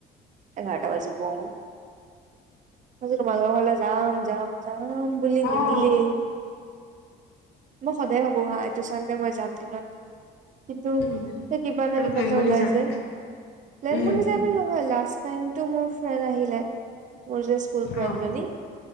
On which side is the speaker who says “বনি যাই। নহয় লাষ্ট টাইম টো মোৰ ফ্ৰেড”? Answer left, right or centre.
Right